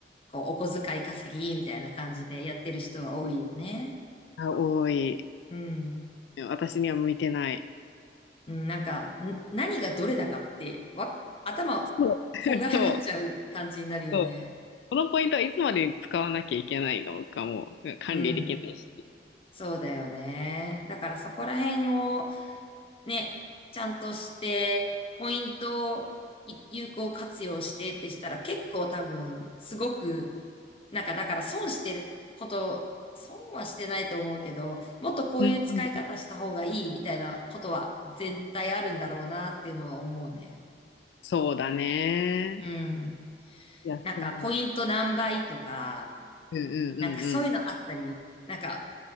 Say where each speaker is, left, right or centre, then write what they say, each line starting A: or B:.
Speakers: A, on the left; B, on the left.
A: こう、お小遣い稼ぎみたいな感じでやってる人は多いよね。
B: あ、多い。
A: うん。
B: 私には向いてない。
A: うんなんか、ん何がどれだかって、わ、頭、
B: そう。<laughs>
A: こんがらがっちゃう感じになるよね。
B: そうそう。このポイントはいつまでに使わなきゃいけないのかも管理できないし。
A: うん。そうだよね。だからそこら辺を、ね、ちゃんとして、ポイントをい有効活用してってしたら結構多分、すごく、なんかだから損してること、損はしてないと思うけど、もっとこういう使い方した方がいいみたいなことは絶対あるんだろうなっていうのは思うね。
B: うんうん。そうだね。
A: うん。
B: いや、
A: なんかポイント何倍とか、
B: そう。うんうんうんうん。
A: なんかそういうのあったり、
B: い
A: なんか